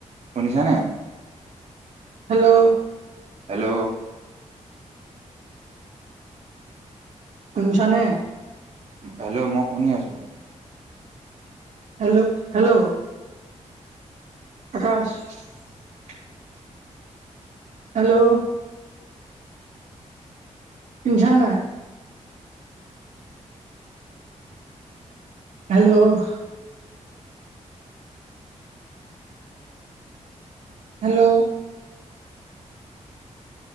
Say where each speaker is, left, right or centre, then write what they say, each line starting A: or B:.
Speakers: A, on the right; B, on the right.
A: শুনিছানে?
B: হেল্ল'?
A: হেল্ল'?
B: শুনিছানে?
A: হেল্ল' মই শুনি আছো।
B: Hello hello? ৰা <unintelligible> হেল্ল'? শুনিছানে নাই? হেল্ল'? হেল্ল'?